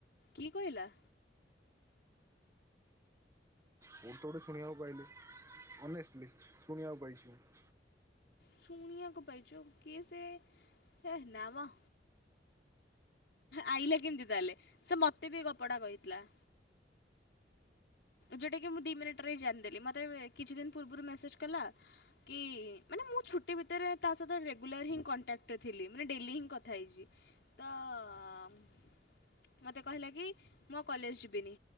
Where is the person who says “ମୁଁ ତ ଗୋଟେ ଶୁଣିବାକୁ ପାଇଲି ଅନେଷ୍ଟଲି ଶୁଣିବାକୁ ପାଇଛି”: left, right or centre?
Right